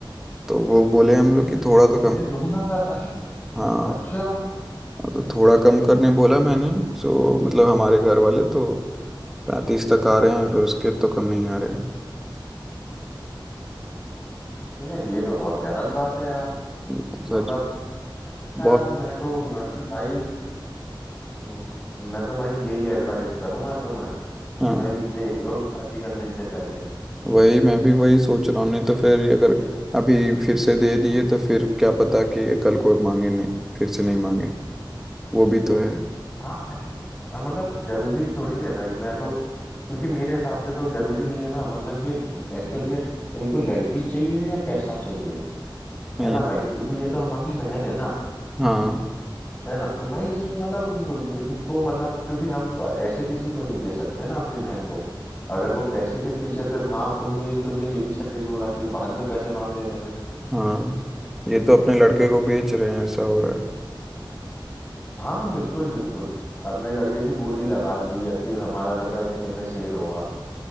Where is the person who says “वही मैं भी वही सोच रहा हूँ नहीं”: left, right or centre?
Centre